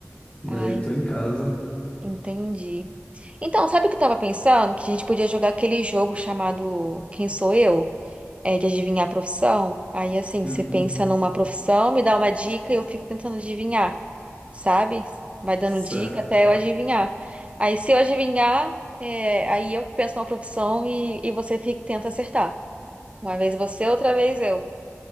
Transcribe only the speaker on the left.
Daí
tô em casa.
Uhum.
Certo,